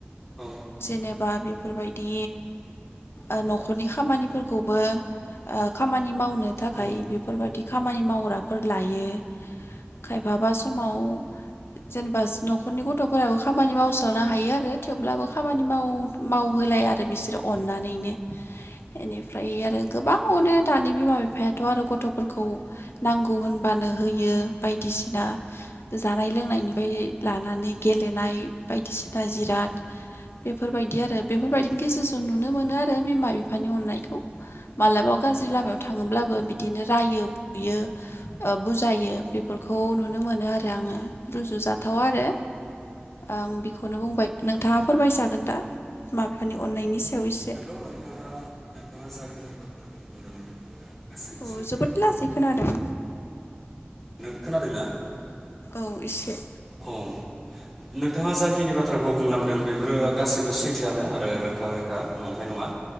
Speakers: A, in the centre; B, on the left.
A: औ
B: जेनेबा बिब बेफोरबायदि ओ नखरनि खामानिफोरखौबो ओ खामानि माव नो थाखाय
A: औ
B: बेफोरबायदि खामानि मावग्राफोर लायो खाय माबा समाव जेनेबा नखरनि गथफोराबो खामानि मावसनो हायो आरो थेवब्लाबो खामानि माव मावहोलाया आरो बिसोरो अननानैनो एनिफ्राय आरो गोबां अनो दानि बिमा बिफायाथ आरो गथफोरखौ नांगौ होनबानो होयो बायदि दिसिना जानाय लोंनायनिफ्राय लानानै गेलेनाय बायदिसिना जिराद बेफोरबायदि आरो बेफोरबायदिनि गेजेरजों नुनो मोनो आरो बिमा बिफानि अननायखौ मालाबा गाज्रि लामायाव थाङोब्लाबो बिदिनो रायो बुयो बुजायो बे फोरखौ नुनो मोनो आरो आङो रुजुजाथावा आरो आं बेखौनो बुंबाय नोंथाङा फोरमायजागोन दा बिमा बिफानि अननायनि सायाव एसे
A: नोंगौ नोंथाङा नोंथाङा जाखिनि बाथ्राखौ बुंदों बेफोर गासैबो
B: अ
A: सैथोआनो
B: जोबोद लासैखोनादों
A: खोनादों ना?
B: औ इसे।
A: औ नोंथाङा जाखिनि बाथ्राखौ बुंलांदों बेफोरो गासैबो सैथोआनो आरो रोखा रोखा नंखाय नङा